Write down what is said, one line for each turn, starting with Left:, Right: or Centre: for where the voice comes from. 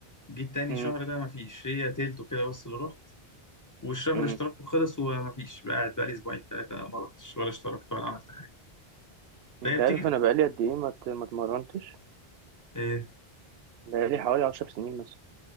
Left: جيت تاني
Right: امم
Left: شهر ده ما فيش هي تلته كده بس اللي رحت والشهر
Right: امم
Left: اشتراكه خلص وما فيش بقى قاعد بقى لي أسبوعين تلاتة ما رحتش ولا اشتركت ولا عملت حاجة فهي
Right: انت
Left: بتيجي
Right: عارف انا بقالي قد ايه ما ت- ما اتمرنتش
Left: إيه
Right: بقالي حوالي عشر سنين مثلا